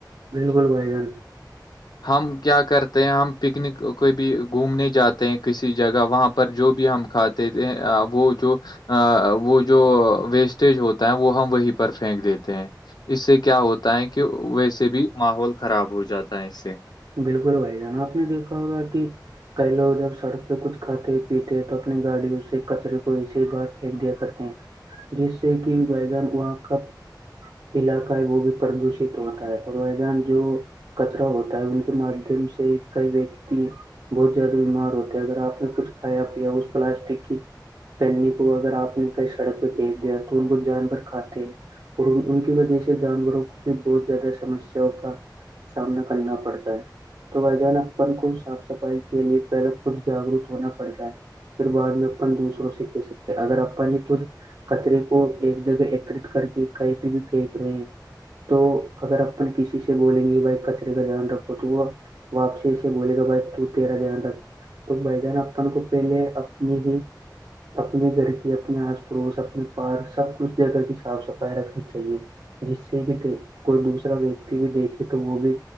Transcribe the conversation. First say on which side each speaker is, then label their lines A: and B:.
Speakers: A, on the right (about 60°); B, on the left (about 65°).
A: بالکل بھائی جان
B: ہم کیا کرتے ہیں ہم پکنک کوئی بھی گھومنے جاتے ہیں کسی جگہ وہاں پر جو بھی ہم کھاتے تھ وہ جو ا وہ جو ویسٹیج ہوتا ہے وہ ہم وہیں پر پھینک دیتے ہیں اس سے کیا ہوتا ہے کہ ویسے بھی ماحول خراب ہو جاتا ہے اس سے
A: بالکل بھائی جان آپ نے دیکھا ہوگا کہ کئی لوگ جب سڑک پہ کچھ کھاتے پیتے ہیں تو اپنی گاڑیوں سے کچرے کو ایسے ہی بار پھینک دیا کرتے ہیں جس سے کہ میدان وہاں کا علاقہ ہے وہ بھی پردوشت ہوتا ہے اور جان جو کچرا ہوتا ہے ان کے مادھیم سے کئی ویکتی بہت زیادہ بیمار ہوتے ہیں اگر آپ نے کچھ کھایا پیا اس پلاسٹک کی پہنی کو اگر آپ نے کہیں سڑک پہ پھیک دیا تو ان وہ جانور کھاتے اور ان کی وجہ سے جانوروں کو بھی بہت زیادہ سمسیا کا سامنا کرنا پڑتا ہے تو ب جان اپن کو صاف صفائی کے لیے پہلے کچھ جاگرک ہونا پڑتا ہے پھر بعد میں اپن دوسروں سے کہہ سکتے ہیں اگر اپن یہ کھ کچرے کو ایک جگہ ایکترت کر کے کہیں پہ بھی پھینک رہے تو اگر اپن کسی سے بولیں گے بائی کچرے کا دھیان رکھ تو وہ واپسی سے بولے گا بھائی تو تیرا دھیان ر تو بہ جن اپن کو پہلے اپنی ہی اپنے گھر کے اپنے آس پڑوس اپنے پار سب کچھ جگ گہ کی صاف صفائی رکھنی چاہیے جس سے کہ د کوئی دوسرا ویکتی بھی دیکھے تو وہ بھی